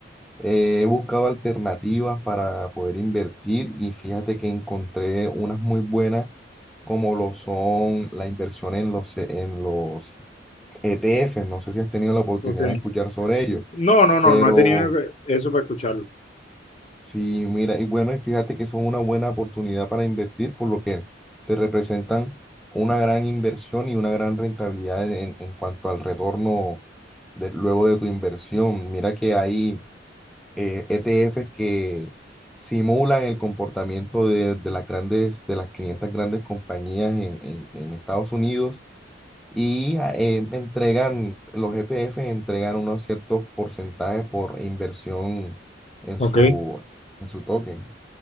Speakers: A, in the centre; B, on the left (about 35°).
A: eh, he buscado alternativas para poder invertir y fíjate que encontré unas muy buenas como lo son la inversión en los, en los ETFs. No sé si has tenido la oportunidad
B: Ok.
A: de escuchar sobre ello,
B: No, no, no,
A: pero...
B: no he tenido eso para escucharlo.
A: Sí, mira, y bueno, y fíjate que son una buena oportunidad para invertir, por lo que te representan una gran inversión y una gran rentabilidad en, en cuanto al retorno de- luego de tu inversión. Mira que hay eh, ETFs que simulan el comportamiento de, de las grandes, de las 500 grandes compañías en, en- en Estados Unidos y ah, eh, entregan, los ETFs entregan unos ciertos porcentajes por inversión en
B: Ok.
A: su, en su token.